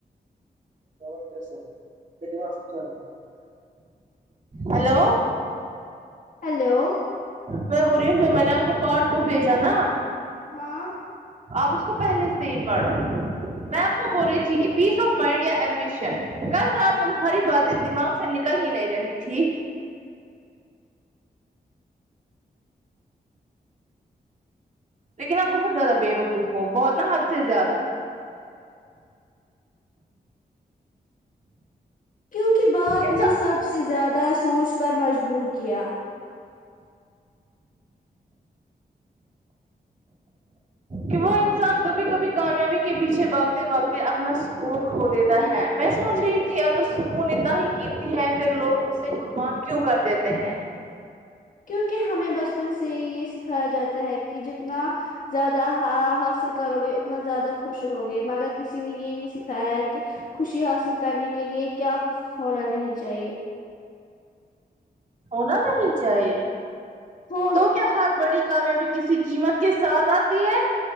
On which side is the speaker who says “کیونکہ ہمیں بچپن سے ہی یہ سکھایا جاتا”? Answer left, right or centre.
Left